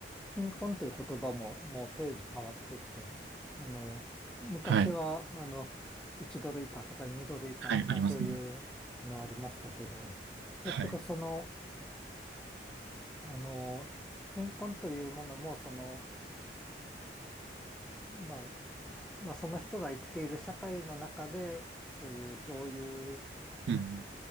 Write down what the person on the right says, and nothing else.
はい。
はい、ありますね。
はい。
うん。